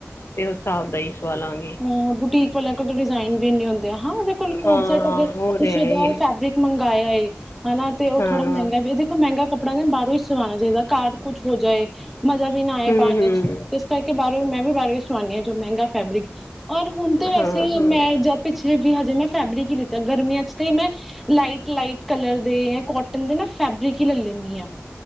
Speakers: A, on the left; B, in the centre.
A: ਤੇ ਉਸ ਹਿਸਾਬ ਦਾ ਹੀ ਸਵਾਲਾਂਗੀ।
B: ਹਾਂ ਬੁਟੀਕ ਵਾਲਿਆਂ ਕੋਲ ਤਾਂ ਡਿਜ਼ਾਇਨ ਵੀ ਇਨੇ ਹੁੰਦੇ। ਹਾਂ ਉਹਦੇ ਕੋਲ ਕੋਡ
A: ਹਾਂ
B: ਸੈਟ
A: ਹਾਂ
B: ਅਗਰ
A: ਉਹ
B: ਤੁਸੀਂ
A: ਤੇ ਹੈ
B: ਉਹਦਾ
A: ਹੀ
B: ਫੈਬਰਿਕ ਮੰਗਇਆ ਵੇ। ਹਨਾ ਤੇ ਉਹ
A: ਹਾਂ।
B: ਥੋੜਾ ਮਹਿੰਗਾ ਵੀ ਇਹ ਦੇਖੋ ਮਹਿੰਗਾ ਕੱਪੜਾ ਨਾ ਬਾਹਰੋਂ ਹੀ ਸਵਾਉਣਾ ਚਾਹੀਦਾ ਘਰ ਕੁੱਝ ਹੋ ਜਾਏ। ਮਜ਼ਾ ਵੀ ਨਾ ਆਏ
A: ਹੂੰ
B: ਪਾਉਣ
A: ਹੂੰ
B: ਚ ਤੇ ਇਸ ਕਰਕੇ ਬਾਹਰੋਂ ਹੀ ਮੈਂ ਵੀ ਬਾਹਰੋਂ ਹੀ ਸੁਆਉਂਦੀ ਹਾਂ ਜੋ ਮਹਿੰਗਾ ਫੈਬਰਿਕ ਔਰ ਹੁਣ ਤਾਂ ਵੈਸੇ
A: ਹਾਂ ਹਾਂ
B: ਮੈਂ ਜਾਂ ਪਿੱਛੇ ਵੀ ਹਜੇ ਮੈਂ ਫੈਬਰਿਕ ਹੀ ਲਿੱਤਾ ਗਰਮੀਆਂ ਚ ਤੇ ਮੈਂ ਲਾਈਟ, ਲਾਈਟ ਕਲਰ ਦੇ ਜਾਂ ਕੋਟਨ ਦੇ ਨਾ ਫੈਬਰਿਕ ਹੀ ਲੈ ਲੈਂਦੀ ਹਾਂ।